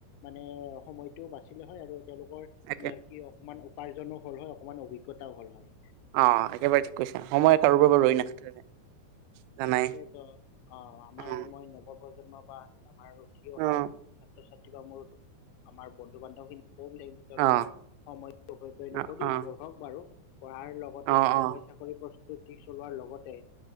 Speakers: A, on the left; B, on the right.
A: মানে সময়টো বাচিল হয়, আৰু তেওঁলোকৰ
B: একে
A: কি অকমান উক উপাৰ্জনো হল হয়, অকমান অভিজ্ঞতাও হ'ল হয়।
B: অ, একেবাৰে ঠিক কৈছা। সময় কাৰোবাৰ
A: অঁ
B: বাবে ৰৈ নাথাকে।
A: চ অ, আমাৰ
B: অ',
A: মই নৱ প্ৰজন্মৰ বা আমাৰ উঠি অহা
B: অ'।
A: ছাত্ৰ- ছাত্ৰী বা মোৰ আমাৰ বন্ধু বান্ধৱী খিনি কি তেওঁলোকৰ
B: অ',
A: সময় অপব্যয় নকৰি,
B: অ', অ',
A: পঢ়ক বাৰু পঢ়াৰ লগতে
B: অ',
A: চৰকাৰী
B: অ',
A: চাকৰি পৰি প্ৰস্তুতি চলোৱাৰ লগতে